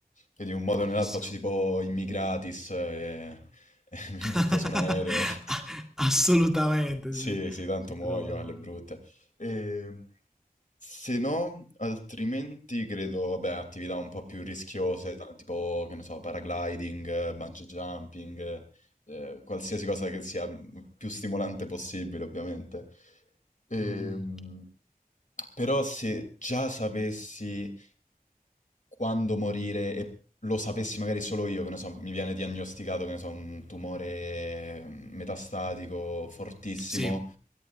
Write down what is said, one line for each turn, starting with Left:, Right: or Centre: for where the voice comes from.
Left: quindi in un modo
Centre: bellissimo.
Left: o nell'altro faccio tipo immigratis e, <laughs> e
Centre: <laughs>
Left: mi butto su un aereo. <laughs>
Centre: Assolutamente
Left: Sì,
Centre: sì,
Left: sì, tanto
Centre: si
Left: muoio
Centre: trova
Left: alle brutte. Ehm, se no, altrimenti credo, vabbè, attività un po' più rischiose, ta- tipo, che ne so, paragliding, eh, bungee jumping, eh, qualsiasi cosa che sia mm, più stimolante possibile, ovviamente. Ehm,
Centre: mhmm,
Left: però se già sapessi quando morire e lo sapessi magari solo io, che ne so, mi viene diagnosticato, che ne so, un tumore mm, metastatico fortissimo,
Centre: sì,